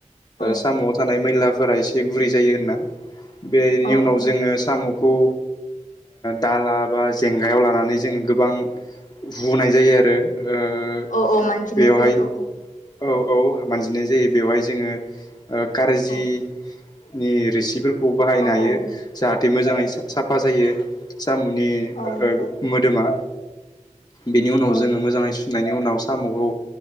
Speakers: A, on the left; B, on the left.
A: औ
B: साम'आव थानाय मैला फोरा एसे गुरै जायो होनना बेनि
A: औ
B: उनाव
A: औ
B: जोङो साम'खौ दाला बा जेंगायाव लानानै जोङो गोबां हुनाय जायो आरो ओ
A: औ औ मानजिनाय
B: बेवहाय
A: जायो औ
B: औ औ मानजिनाय जायो बेवहाय जोङो कारजि
A: औ
B: नि रोसिफोरखौ बाहायनो
A: औ
B: हायो
A: औ
B: जाहाथे मोजाङै साफा जायो। सखमुनि
A: औ नंगौ
B: मोदोमा बिनि उनाव
A: औ
B: जोङो मोजाङै सुनायनि उनाव साम'खौ